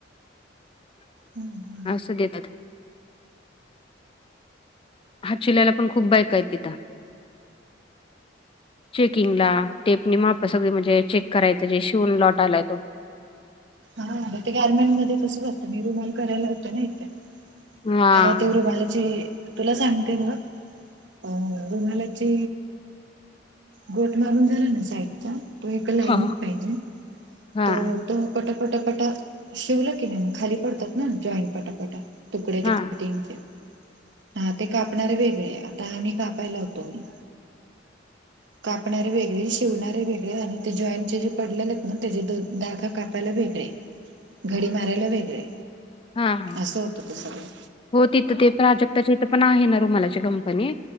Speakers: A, on the left; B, on the right.
A: <inaudible>
B: हम्!
A: असं देतात. हात शिलाईला पण खूप बायकय आहे तिथं. चेकिंगला. टेप नि मा सगळी म्हणजे चेक करायचं जे शिवून लॉट आलाय तो,
B: हा ते गार्मेंट मध्ये तसंच असतं मी रुमाल करायला होतं ना इथे.
A: हा.
B: तेव ते रुमालाची तुला सांगते बघ, अ रुणालाचे गोठ मारून झालं ना साईडचा. तो एका लाईनीत
A: हा.
B: पाहिजे.
A: हा.
B: तर तो पटापटापटा शिवला की नाही मग खाली पडतात ना जॉईंट पटापटा. तुकडे
A: हा
B: ते कटिंगचे, हा ते कापणारे वेगळे आता आम्ही कापायला होतो मी. कापणारे वेगळे, शिवणारे वेगळे, आणि ते जॉईंटचे जे पडलेले आहेत ना! त्याचे द दाखा कापायला वेगळे, घडी मारायला वेगळे,
A: हां.
B: असं होतं त सगळं.
A: हो तिथं ते प्राजक्ताची इथं पण आहे ना रुमालाची कंपनी.